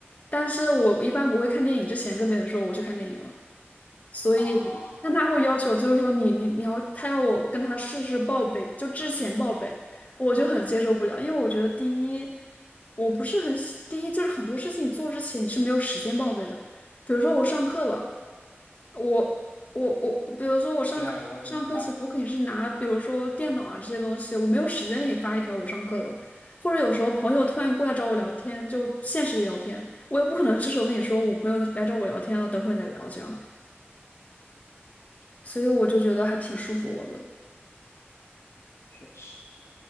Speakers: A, on the left (about 35°); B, on the left (about 80°).
A: 但是我一般不会看电影之前跟别人说我去看电影了。所以，
B: 啊？
A: 但他会要求，就是说你你你要他要我跟他事事报备，就之前报备，我就很接受不了，因为我觉得第一，我不是很喜，第一就是很多事情做之前你是没有时间报备的，比如说我上课了，我我我，比如说我上课上课前我肯定是拿，
B: 对，我明白，
A: 比如说电脑啊这些东西，我没有时间给你发一条我上课了。或者有时候朋友突然过来找我聊天，就现实里聊天，我也不可能这时候跟你说我朋友来找我聊天了，等会再聊这样。所以我就觉得还挺束缚我的。
B: 确实。